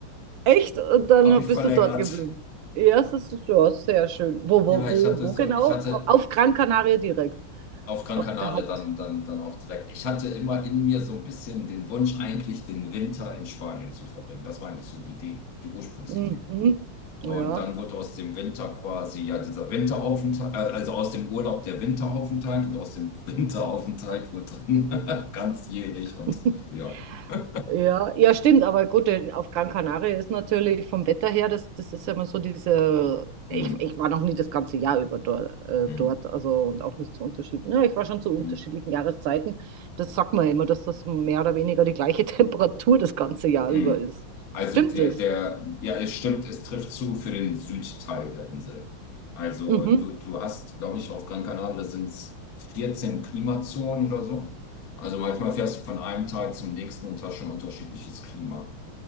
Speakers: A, on the right; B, on the left.
A: Echt? Und
B: <laughs>
A: dann
B: habe
A: hab-
B: ich
A: bist
B: verlängert.
A: du dort geblieben. Ja, das ist schon sehr schön. Wo,
B: Ja,
A: wo, wo,
B: ich hatte
A: wo
B: so,
A: genau?
B: ich hatte
A: Au- Auf Gran Canaria direkt.
B: auf Gran
A: Auf
B: Canaria
A: der Haupt.
B: dann, dann, dann auch direkt. Ich hatte immer in mir so ein bisschen den Wunsch, eigentlich den Winter in Spanien zu verbringen. Das war eigentlich so die Idee, die Ursprungsidee.
A: Mhm.
B: Und
A: Ja.
B: dann wird aus dem Winter quasi ja dieser Winteraufenthalt, äh, also aus dem Urlaub der Winteraufenthalt und aus dem <laughs> Winteraufenthalt wird dann <laughs> ganzjährig und
A: <laughs>
B: ja. <laughs>
A: Ja, ja, stimmt, aber gut, denn auf Gran Canaria ist natürlich vom Wetter her, das, das ist ja immer so diese, ich,
B: Hm,
A: ich war noch nie das ganze Jahr über dort, äh,
B: hm,
A: dort, also und auch nicht zu unterschiedlichen, ja, ich war schon zu
B: hm,
A: unterschiedlichen Jahreszeiten, das sagt man ja immer, dass das mehr oder weniger die gleiche <laughs> Temperatur das ganze Jahr
B: hm.
A: über ist.
B: Also
A: Stimmt
B: der,
A: das?
B: der, ja, es stimmt, es trifft zu für den Südteil der Insel. Also
A: Mhm.
B: du, du hast, glaube ich, auf Gran Canaria sind es 14 Klimazonen oder so. Also manchmal fährst du von einem Teil zum nächsten und hast schon unterschiedliches Klima.